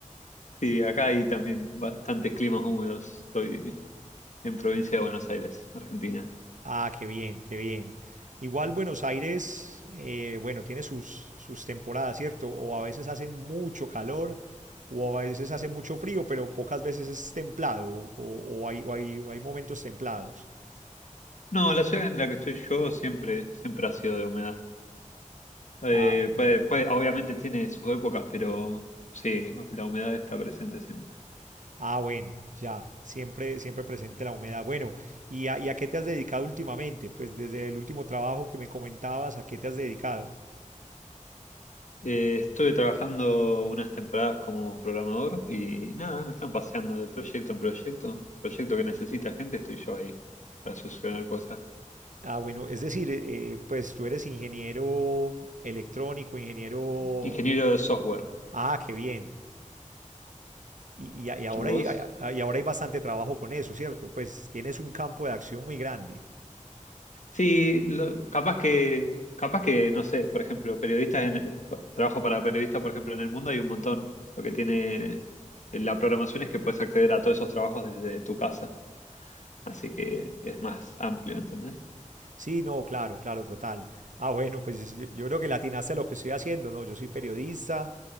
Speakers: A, on the left (about 65°); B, on the right (about 70°).
A: Sí, acá hay también bastantes climas húmedos. Estoy en provincia de Buenos Aires, Argentina.
B: Ah, qué bien, qué bien. Igual Buenos Aires, eh, bueno, tiene sus, sus temporadas, ¿cierto? O a veces hace mucho calor, o a veces hace mucho frío, pero pocas veces es templado, o, o hay, o hay, o hay momentos templados.
A: No, la ciudad en la que estoy yo siempre, siempre ha sido de humedad. Eh,
B: Ah, bueno.
A: puede- puede- obviamente tiene sus épocas, pero sí, la humedad está presente siempre.
B: Ah, bueno, ya, siempre, siempre presente la humedad. Bueno, ¿y a, y a qué te has dedicado últimamente? Pues desde el último trabajo que me comentabas, ¿a qué te has dedicado?
A: Eh, estuve trabajando unas temporadas como programador y nada, me están paseando de proyecto en proyecto. Proyecto que necesita gente, estoy yo ahí para solucionar cosas.
B: Ah, bueno, es decir, eh, pues tú eres ingeniero electrónico, ingeniero
A: ingeniero
B: eh,
A: de software.
B: Ah, qué bien. Y, y- y ahora
A: ¿Vos?
B: hay, y ahora hay bastante trabajo con eso, ¿cierto? Pues tienes un campo de acción muy grande.
A: Sí, lo- capaz que, capaz que, no sé, por ejemplo, periodistas en el- pa- trabajo para periodistas, por ejemplo, en el mundo hay un montón. Lo que tiene eh, la programación es que puedes acceder a todos esos trabajos desde tu casa. Así que es más amplio, ¿entendés?
B: Sí, no, claro, claro, total. Ah, bueno, pues yo, yo creo que latinaste a lo que estoy haciendo, ¿no? Yo soy periodista,